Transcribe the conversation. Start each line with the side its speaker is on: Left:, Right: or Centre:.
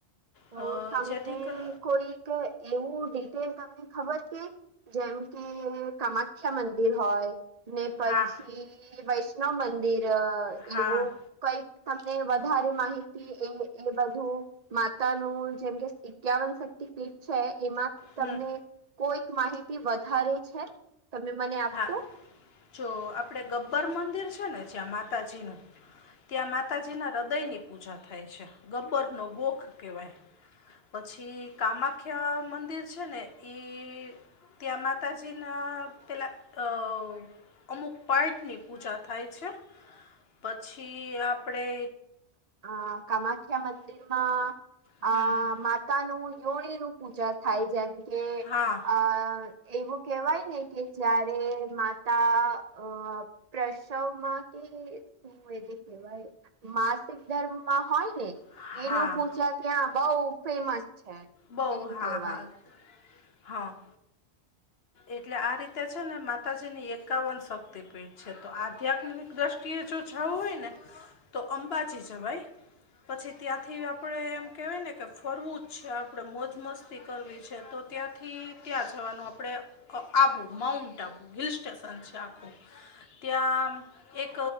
Right: તો
Left: અ,
Right: તમને
Left: જેથી ક-
Right: કોઈ કે એવું ડિટેલ તમને ખબર કે જેમ કે કમાત મુખ્યા મંદિર હોય, ને પછી
Left: હા
Right: વૈષ્ણવ મંદિર
Left: હા
Right: એવું કંઈક તમને વધારે માહિતી એ-એ બધું તાનું જેમ કે એકાવન શક્તિ પીઠ છે એમાંથી
Left: હમ
Right: તમને કોઈક માહિતી વધારે છે? તમે મને આપશો?
Left: હા જો આપણે ગબ્બર મંદિર છે ને જ્યાં માતાજીનું, ત્યાં માતાજીના
Right: હમ
Left: હૃદયની પૂજા થાય છે. ગબ્બર નો ગોખ કહેવાય. પછી કામાખ્યા મંદિર છે ને કે ત્યાં માતાજીના પહેલાં અહ અમુક પાર્ટની પૂજા થાય છે. પછી આપણે
Right: હા કમાખ્યા મંદિરમાં
Left: હમ,
Right: અહ મા તાનું યોળીનું પૂજા થાય જેમ કે
Left: હા
Right: અહ એવું કહેવાય ને કે જયારે માતા અહ પ્રસવમાં કે શું એને કહેવાઈ માસિક ધર્મમાં હોય ને
Left: હા
Right: એનું પૂજા ત્યાં બઉ ફેમસ છે
Left: બહું,
Right: એમ
Left: હા,
Right: કેવાય
Left: હા, હા. એટલે આ રીતે છે ને માતાજીની એકાવન શક્તિપીઠ છે. તો આધ્યાત્મિક દ્રષ્ટિએ જો જવું હોય ને તો અંબાજી જવાઈ. પછી ત્યાંથી આપણે એમ કહેવાય ને કે ફરવું જ છે, આપણે મોજ મસ્તી કરવી છે તો ત્યાંથી ત્યાં જવાનું આપણે અ Abu, mount Abu hill station છે આખું. ત્યાં એક